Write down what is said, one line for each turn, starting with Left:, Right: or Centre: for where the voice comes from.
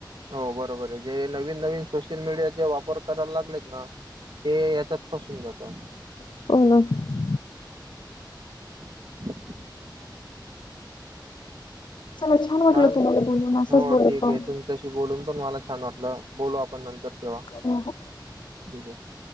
Right: हो बरोबर ये, जे नवीन-नवीन सोशल मीडियाचे वापर करायला लागलेत ना ते याच्यात फसून जाता.
Left: <unintelligible>
Right: <inaudible>
Left: चला छान वाटलं
Right: चाल
Left: तुम्हाला बोलून, असंच
Right: हो
Left: बोलत
Right: ठीक
Left: राहु.
Right: <unintelligible> बोलून पण मला छान वाटलं, बोलू आपण नंतर तेव्हा,
Left: हो हो.
Right: ठीक ये.